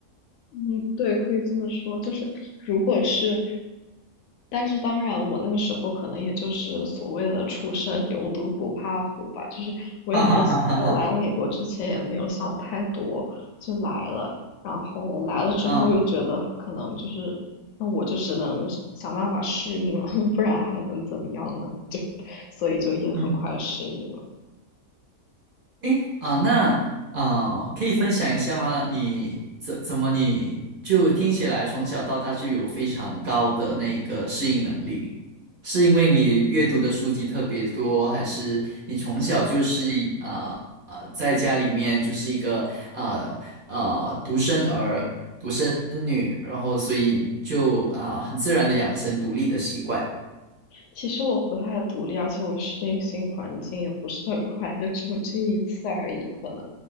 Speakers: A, on the left; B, on the right.
A: 嗯，对，可以这么说，就是如果是，但是当然，我那个时候可能也就是所谓的初生牛犊不怕虎吧，就是我也没有，
B: <laughs> 哈哈哈哈哈。
A: 我来美国之前也没有想太多，就来了，然后来了之后又觉得可能就是，
B: 嗯
A: 那我就只能想办法适应了，<laughs> 不然还能怎么样呢？<laughs> 就，所以就也很快适应了。
B: 嗯。诶，啊，那啊，可以分享一下吗？你怎怎么你就听起来从小到大就有非常高的那个适应能力？是因为你阅读的书籍特别多，还是你从小就是啊啊、在家里面就是一个啊啊、独生儿、独生女，然后所以就啊、很自然的养成独立的习惯。
A: 其实我不太独立，而且我适应新环境也不是很 <laughs> 快，就只有这一次而已。可能